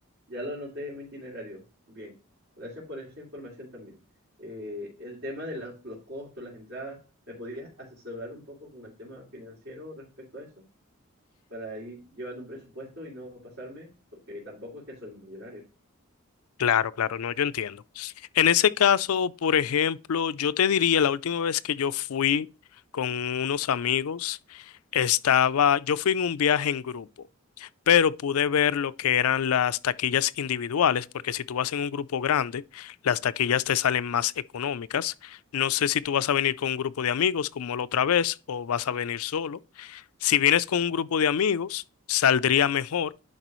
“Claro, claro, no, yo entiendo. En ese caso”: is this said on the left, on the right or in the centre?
Left